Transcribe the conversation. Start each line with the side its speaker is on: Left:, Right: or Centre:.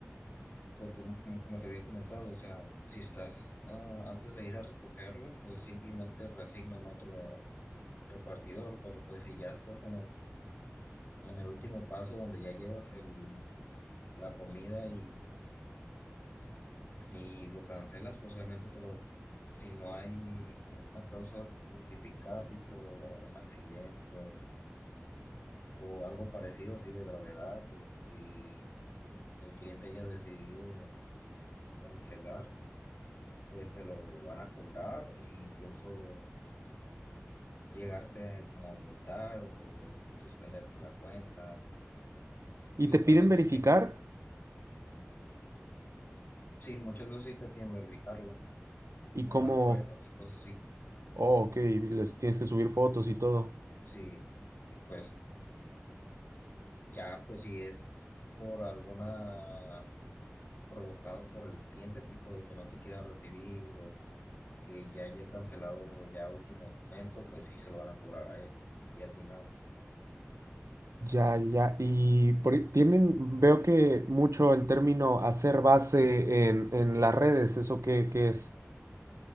Left: Pues como, como- como te había comentado, o sea, si estás ah, antes de ir a recogerlo, pues simplemente reasignan otro repartidor, pero pues si ya estás en el, en el último paso donde ya llevas el la comida y, y lo cancelas, pues obviamente te lo, si no hay como una causa justificada, tipo un accidente o algo parecido así de gravedad, o que el cliente haya decidido cancelar, pues te lo van a cobrar e incluso llegarte a- como a multar o suspenderte la cuenta.
Right: Y
Left: Y
Right: te
Left: pues
Right: piden
Left: el
Right: verificar
Left: cliente, sí, muchas veces sí te piden verificarlo,
Right: y
Left: mandar
Right: cómo,
Left: pruebas y cosas así.
Right: oh, ok, les tienes que subir fotos y todo.
Left: Sí, y- y, pues Ya, pues si es por alguna provocado por el cliente, tipo de que no te quiera recibir o que ya haya cancelado ya a último momento, pues sí se lo van a cobrar a él y a ti no.
Right: Ya, ya. Y por ahí tienen, veo que mucho el término hacer base en, en las redes, ¿eso qué, qué es?